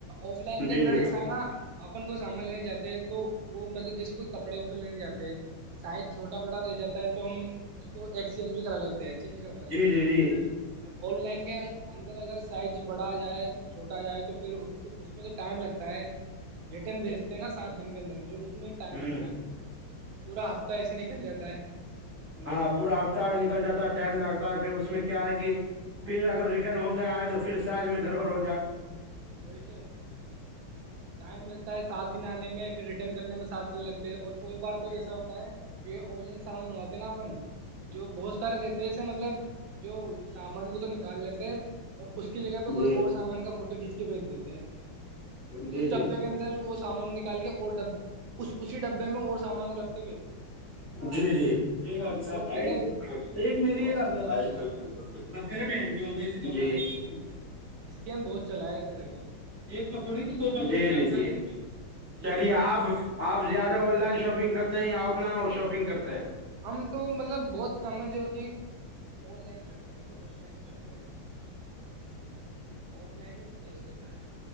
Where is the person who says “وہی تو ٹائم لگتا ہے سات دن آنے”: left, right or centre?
Right